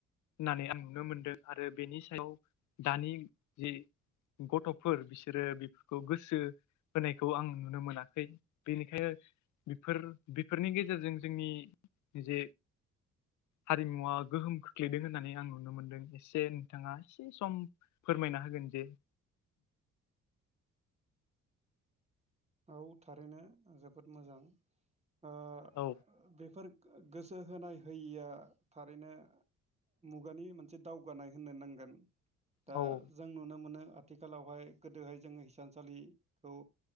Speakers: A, on the left (about 75°); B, on the right (about 20°).
A: होननानै आं नुनो मोनदों आरो बेनि सायाव दानि जि गथ'फोर बिसोरो बेफोरखौ गोसो होनायखौ आं नुनो मोनाखै बेनिखायनो बेफोर बेफोरनि गेजेरजों जोंनि जे हारिमुवा गोहोम खोख्लैदों होननानै आं नुनो मोनदों एसे नोंथाङा एसे सम फोरमायना होगोन जे
B: आ थारैनो जोबोद मोजां ओ
A: औ
B: बेफोर गोसो होनाय होयिया थारैनो मुगानि मोनसे दावगानाय होननो नांगोन। दा
A: औ
B: जों नुनो मोनो आथिखालावहाय गोदोहाय जोङो हिसानसालिखौ